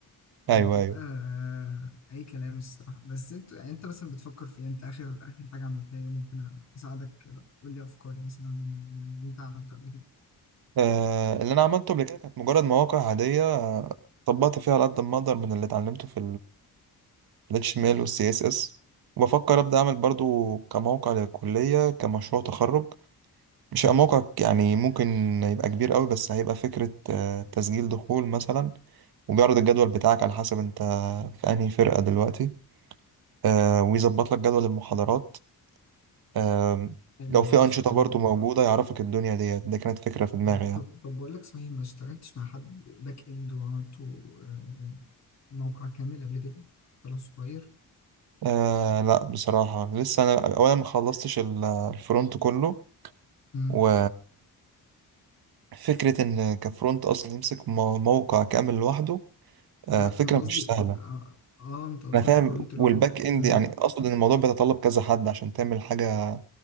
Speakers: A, on the left; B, on the right.
A: بتبقى
B: ايوه ايوه
A: آه، اي كلام الصراحة بس انت يعني انت مثلا بتفكر في إيه؟ انت اخر اخر حاجة عملتها ايه ممكن اساعدك لو- قول لي افكاري مثلا من من اللي انت عملته قبل كده
B: آه اللي انا عملته قبل كده كانت مجرد مواقع عادية آه، طبقت فيها على قد ما اقدر من اللي اتعلمته في ريتش ميل والسي اس اس وبفكر ابدا اعمل برضو كموقع للكليه كمشروع تخرج مش
A: مم.
B: هيبقى موقع يعني ممكن يبقى كبير قوي بس هيبقى فكره آه، تسجيل دخول مثلا وبيعرض الجدول بتاعك على حسب انت في انهي فرقه دلوقتي آه، ويظبط لك جدول المحاضرات آم،
A: حلو
B: لو في
A: المشي
B: انشطه
A: اه
B: برضو موجوده يعرفك الدنيا ديت ده كانت فكره في دماغي
A: طب
B: يعني
A: طب طب بقول لك صحيح ما اشتغلتش مع حد باك اند وعملته آه، موقع كامل قبل كده ولا صغير
B: آه لا بصراحه لسه انا اولا ما خلصتش ال- الفرونت كله
A: مم.
B: و فكرة إن كفرونت أصلا يمسك مو- موقع كامل لوحده آه،
A: لا
B: فكرة
A: انا قصدي
B: مش سهلة
A: اه آه، انت قصدك
B: أنا فاهم
A: فرونت لوحده
B: والباك إند
A: مم.
B: يعني أقصد إن الموضوع بيتطلب كذا حد عشان تعمل حاجة